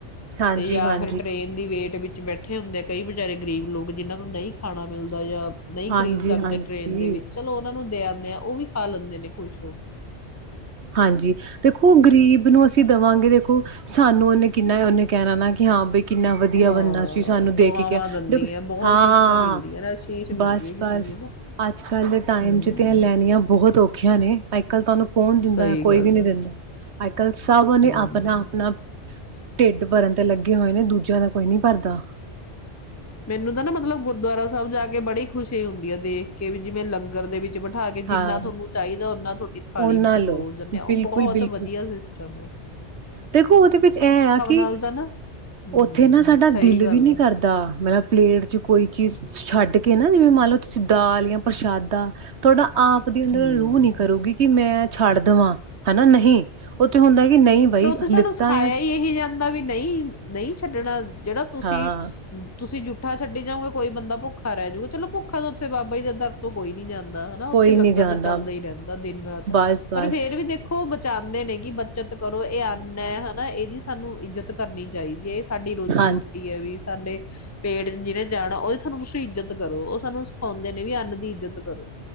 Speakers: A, on the right; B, on the left.
A: ਹਾਂਜੀ-ਹਾਂਜੀ,
B: ਤੇ ਜਾਂ ਫਿਰ ਟ੍ਰਰੇਨ ਦੀ ਵੇਟ ਵਿੱਚ ਬੈਠੇ ਹੁੰਦੇ ਆ ਕਈ ਵਿਚਾਰੇ ਗਰੀਬ ਲੋਕ ਜਿਹਨਾਂ ਨੂੰ ਨਹੀਂ ਖਾਣਾ ਮਿਲਦਾ ਜਾਂ ਨਹੀਂ
A: ਹਾਂਜੀ-ਹਾਂਜੀ
B: ਖਰੀਦ ਸਕਦੇ ਟ੍ਰੇਨ ਦੇ ਵਿੱਚ ਚਲੋ ਉਹਨਾਂ ਨੂੰ ਦੇ ਆਂਦੇ ਆ ਉਹ ਵੀ ਖਾ ਲੈਂਦੇ ਨੇ ਕੁਸ਼
A: ਹਾਂਜੀ ਦੇਖੋ ਗ਼ਰੀਬ ਨੂੰ ਅਸੀਂ ਦੇਵਾਂਗੇ ੋ ਸਾਨੂੰ ਉਹਨੇ ਕਿੰਨਾ ਉਹਨੇ ਕਹਿਣਾ ਨਾ ਕਿ ਹਾਂ ਬ ਕਿੰਨਾ ਵਧੀਆ
B: ਹਾਂ
A: ਬਣਦਾ ਸੀ ਸਾਨੂੰ ਦੇਖ
B: ਦੁਆਵਾਂ
A: ਕੇ
B: ਦਿੰਦੀ
A: ਦੇਖੋ
B: ਹੈ ਬਹੁਤ
A: ਹਾਂ
B: ਸ਼ੀਸ਼ਾ ਮਿਲਦੀ ਹੈ ਨਾ ਸ਼ੀਸ਼ ਮਿਲਦੀ
A: ਬਸ
B: ਹੈ
A: ਬਸ
B: ਕਿਸੇ ਦੀ ਨਾ
A: ਅੱਜ ਕੱਲ ਦੇ ਟਾਈਮ
B: ਹੂੰ,
A: ਚ ਧ ਲੈਣੀਆਂ ਬਹੁਤ ਔਖੀਆਂ ਨੇ ਤੁਹਾਨੂੰ ਕੌਣ ਦਿੰਦਾ
B: ਸਹੀ
A: ਹੈ ਕੋਈ
B: ਗੱਲ
A: ਵੀ ਨੀ
B: ਆ,
A: ਦਿੰਦਾ ਅੱਜ ਕੱਲ੍ਹ ਸਭ
B: ਹੂੰ।
A: ਉਹਨੇ ਆਪਣਾ ਆਪਣਾ ਢਿੱਡ ਭਰਨ ਤੇ ਲੱਗੇ ਹੋਏ ਨੇ ਦੂਜਿਆਂ ਦਾ ਕੋਈ ਨੀ ਭਰਦਾ
B: ਮੈਨੂੰ ਤਾਂ ਨਾ ਮਤਲਬ, ਗੁਰਦੁਆਰਾ ਸਾਹਿਬ ਜਾ ਕੇ ਬੜੀ ਖੁਸ਼ੀ ਹੁੰਦੀ ਹੈ। ਦੇ ਕੇ ਜਿਵੇਂ ਲੰਗਰ ਦੇ ਵਿੱਚ ਬਿਠਾ ਕੇ, ਜਿੰਨਾ
A: ਹਾਂ
B: ਤੁਹਾਨੂੰ ਚਾਹੀਦਾ ਉਹਨਾ ਤੁਹਾਡੀ ਥਾਲੀ
A: ਉਹਨਾਂ
B: ਵਿੱਚ ਪਰੋਸ
A: ਲਓ
B: ਦਿਨੇ ਆ, ਉਹ
A: ਬਿਲਕੁਲ
B: ਬਹੁਤ
A: ਬਿਲਕੁਲ
B: ਵਧੀਆ ਸਿਸਟਮ ਹੈ।
A: ਦੇਖੋ ਉਹਦੇ ਵਿੱਚ ਇਹ ਆ ਕਿ,
B: ਨਾਲ ਤਾਂ ਨਾ ਹੂੰ,
A: ਉੱਥੇ ਨਾ ਸਾਡਾ
B: ਸਹੀ
A: ਦਿਲ
B: ਗੱਲ
A: ਵੀ ਨੀ
B: ਆ।
A: ਕਰਦਾ ਮਤਲਬ ਪਲੇਟ ਚ ਕੋਈ ਚੀਜ਼ ਛੱਡ ਕੇ ਨਾ, ਜਿਵੇਂ ਮੰਨ ਲਓ ਤੁਸੀਂ ਦਾਲ ਜਾਂ ਪ੍ਰਸ਼ਾਦਾ ਤੁਹਾਡਾ ਆਪ ਦੀ ਅੰਦਰ
B: ਹੂੰ।
A: ਰੂਹ ਨਹੀਂ ਕਰੇਗੀ ਕਿ, ਮੈਂ ਛੱਡ ਦੇਵਾਂ ਹਨਾ ਨਹੀਂ ਨਹੀਂ, ਉੱਥੇ ਹੁੰਦਾ ਕਿ ਨਹੀਂ ਬਾਈ
B: ਫਿਰ ਉੱਥੇ ਸਾਨੂੰ
A: ਲਿੱਤਾ
B: ਸਿਖਾਇਆ
A: ਆ
B: ਹੀ ਇਹੀ ਜਾਂਦਾ, ਵੀ ਨਹੀਂ ਨਹੀਂ ਛੱਡਣਾ। ਜਿਹੜਾ ਤੁਸੀਂ
A: ਹਾਂ
B: ਤੁਸੀਂ ਜੂਠਾ ਛੱਡੀ ਜਾਓਗੇ, ਕੋਈ ਬੰਦਾ ਭੁੱਖਾ ਰਹਿ ਜੂਗਾ, ਚਲੋ ਭੁੱਖਾ ਤੋਂ ਉੱਥੇ ਬਾਬਾ ਜ ਦੇ ਦਰ ਤੋਂ ਕੋਈ ਨੀ ਜਾਂਦਾ। ਹਨਾ
A: ਕੋਈ
B: ਉੱਥੇ ਲੰਗਰ
A: ਨਹੀਂ ਜਾਂਦਾ
B: ਤਾਂ ਚੱਲਦਾ ਹੀ ਰਹਿੰਦਾ, ਦਿਨ -ਰਾਤ
A: ਬਸ ਬਸ
B: ਪਰ ਫੇਰ ਵੀ ਦੇਖੋ ਚਾਹੁੰਦੇ ਨੇ ਕਿ ਬੱਚਤ <inaudible> ਕਰੋ ਇਹ ਅੰਨ ਐ ਹਨਾ, ਇਹਦੀ ਸਾਨੂੰ ਇੱਜਤ ਕਰਨੀ ਚਾਹੀਦੀ ਹੈ, ਸਾਡੀ ਰੋਜ਼ੀ-
A: ਹਾਂਜੀ
B: ਰੋਟੀ ਹੈ, ਵੀ ਸਾਡੇ ਪੇਟ ਜਿਹਨੇ ਜਾਣਾ ਉਹਦੀ ਸਾਨੂੰ ਤੁਸੀਂ ਇੱਜਤ ਕਰੋ ਉਹ ਸਾਨੂੰ ਸਿਖਾਉਂਦੇ ਨੇ ਵੀ ਅੰਨ ਦੀ ਇੱਜ਼ਤ ਕਰੋ